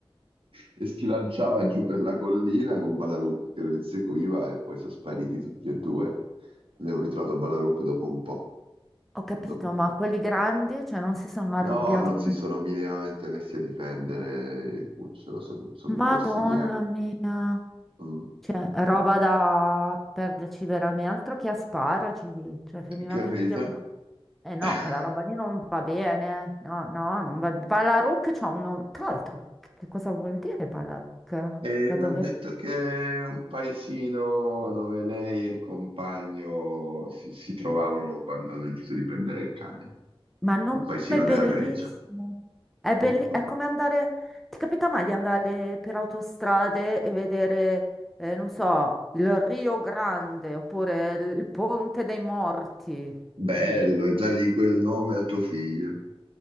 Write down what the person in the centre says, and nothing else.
Ho capito,
ma
quelli grandi, cioè, non si sono arrabbiati
come...
Madonna
mia!
Cioè,
roba
da perderci veramente, altro che asparagi, lì. cioè, finivate
tutti a... pro- Eh no,
quella roba lì non va bene, no, no, non va... Balaruc c'ha un nome... Tra l'altro, che che cosa vuol dire Balaruc?
Da
dove
Ma il nome
è bellissimo.
È, belli-
è come andare. Ti capita mai di andare per autostrade e vedere, eh, non so, il Rio Grande oppure il il Ponte dei Morti?
Mm,